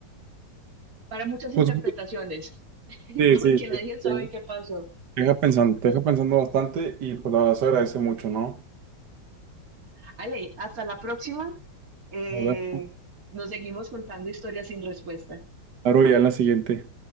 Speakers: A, on the right; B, on the right.
A: Para muchas interpretaciones,
B: Pues
A: <laughs>
B: Sí,
A: porque
B: sí, sí.
A: nadie sabe
B: Te
A: qué pasó.
B: te deja pensando, te deja pensando bastante y pues la verdad se agradece mucho, ¿no?
A: Ale, hasta la próxima Eh,
B: Nos vemos.
A: nos seguimos contando historias sin respuesta.
B: Claro, ya en la siguiente.